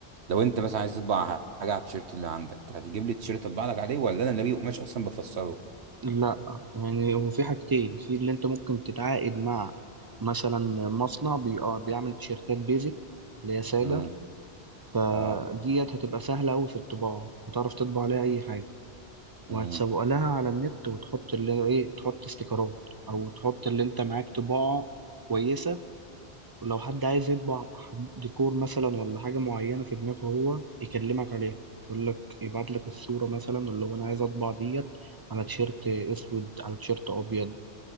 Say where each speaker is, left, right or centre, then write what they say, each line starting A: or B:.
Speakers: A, on the right (about 70°); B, on the right (about 25°).
A: لو انت مثلا عايز تطبع حاجه على التيشيرت اللي عندك هتجيب لي التيشيرت اطبع لك عليه ولا انا اللي بجيب قماش اصلا بفصله
B: لا يعني هو في حاجتين في اللي انت ممكن تتعاقد مع مثلا مصنع بي... آه، بيعمل تيشيرتات بيزك اللي هي سادة
A: امم
B: فديت
A: اه
B: هتبقى سهلة أوي في الطباعة هتعرف تطبع عليها أي حاجة وهتسوق
A: امم
B: لها على النت وتحط اللي إيه تحط استيكرات أو تحط اللي أنت معاك طباعة كويسة ولو حد عايز يطبع ديكور مثلا ولا حاجة معينة في دماغه هو يكلمك عليها يقول لك يبعت لك الصورة مثلا اللي هو أنا عايز أطبع ديت على تيشيرت أسود على تيشيرت أبيض